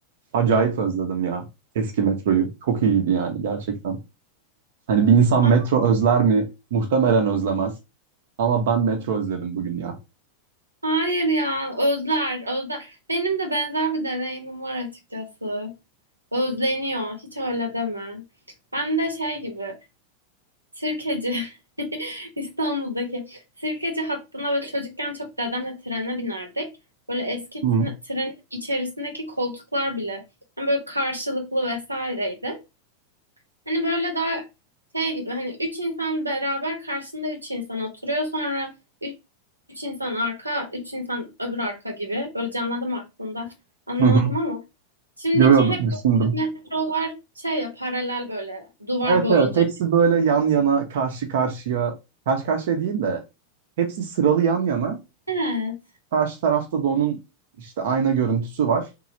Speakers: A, on the right; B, on the right.
A: Acayip özledim ya eski metroyu. Çok iyiydi yani gerçekten. Hani bir insan
B: Aa,
A: metro özler mi? Muhtemelen özlemez. Ama ben metro özledim bugün ya.
B: Hayır ya özler özler. Benim de benzer bir deneyimim var açıkçası. Özleniyor hiç öyle deme. Ben de şey gibi sirkeci <laughs> İstanbul'daki sirkeci hattına böyle çocukken çok dedemle trene binerdik. Böyle eski
A: Hı
B: tren-
A: hı.
B: trenin içerisindeki koltuklar bile hani böyle karşılıklı vesaireydi. Hani böyle daha şey gibi hani üç insan beraber karşısında üç insan oturuyor sonra üç, üç insan arka üç insan öbür arka gibi böyle canlandı mı aklında anlamadım
A: hı.
B: ama şimdiki
A: Yo yo
B: hep
A: düşündüm.
B: böyle metrolar şey ya paralel böyle duvar
A: Evet
B: boyunca.
A: evet hepsi böyle yan yana karşı karşıya. Karşı karşıya değil de hepsi sıralı yan yana.
B: Evet
A: Karşı tarafta da onun işte ayna görüntüsü var.